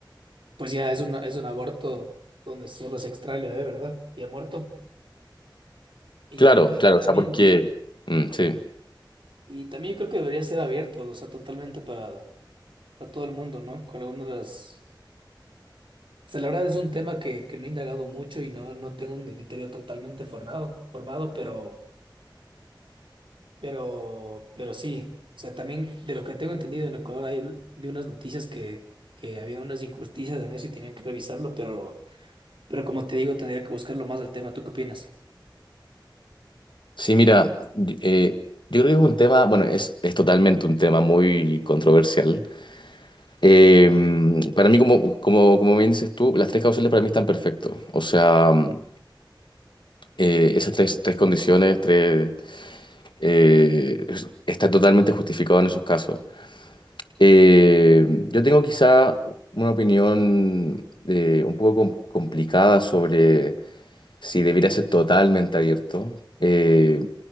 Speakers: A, on the right; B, on the left.
A: pues ya es una, es un aborto donde solo se extrae el bebé, ¿verdad? Y ha muerto. Y
B: Claro, claro,
A: también,
B: o sea, porque, mm, sí.
A: y también yo creo que debería ser abierto, o sea, totalmente para a todo el mundo, ¿no? Con algunas... de las... O sea, la verdad es un tema que, que no he indagado mucho y no, no tengo un criterio totalmente formado, formado, pero, pero, pero sí. O sea, también de lo que tengo entendido en Ecuador, ahí vi unas noticias que, que había unas injusticias en eso y tenían que revisarlo, pero, pero como te digo, tendría que buscarlo más al tema. ¿Tú qué opinas?
B: Sí, mira, y- eh, yo creo que es un tema, bueno, es, es totalmente un tema muy controversial. Eh, para mí, como, como, como bien dices tú, las tres causales para mí están perfectos. O sea, mm, eh, esas tres, tres condiciones tres, eh, es- está totalmente justificado en esos casos. Eh, yo tengo quizá una opinión eh, un poco com- complicada sobre si debiera ser totalmente abierto, eh,